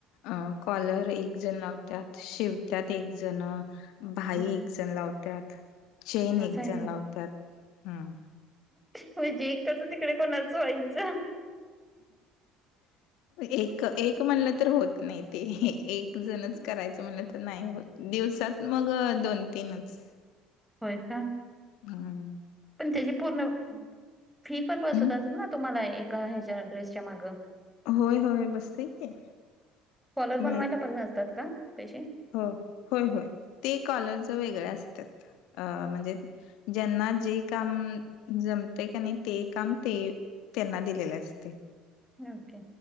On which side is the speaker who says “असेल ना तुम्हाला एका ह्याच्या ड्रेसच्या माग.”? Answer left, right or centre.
Centre